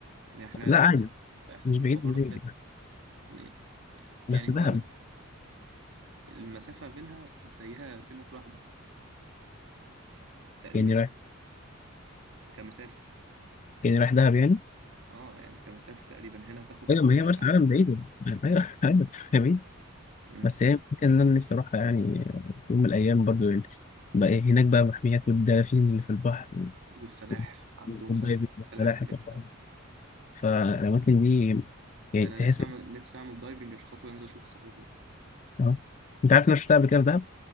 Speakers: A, on the right; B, on the left.
A: يعني احنا
B: لا
A: احنا
B: عادي
A: في احنا
B: مش
A: في
B: بعيد
A: القاهرة
B: مش بعيد
A: هنا يعني
B: بس دهب
A: هقول لك المسافة بينها زيها كأنك رايح دهب تقريبا
B: يعني
A: يعني
B: رايح
A: كمسافة
B: يعني رايح دهب يعني
A: اه يعني كمسافة تقريبا هنا هتاخد
B: ايوه ما
A: عشر
B: هي مرسى
A: ساعات
B: علم
A: ولا
B: بعيده
A: امم
B: ايوه <laughs> ايوه هي بعيده
A: امم
B: بس هي ممكن ان انا نفسي اروحها يعني في يوم من الايام برضو يعني بقى إيه هناك بقى محميات والدلافين اللي في البحر و-
A: والسلاحف
B: و-
A: عندهم
B: والدايفنج
A: سلاحف
B: والسلاحف
A: سلاحف جامدة
B: والبحر
A: أوي
B: فالاماكن دي يعني
A: ده أنا
B: تحس
A: نفسي أعمل نفسي أعمل دايفنج عشان خاطر أنزل أشوف السلحفاة دي.
B: اه انت عارف إن انا شفتها قبل كده في دهب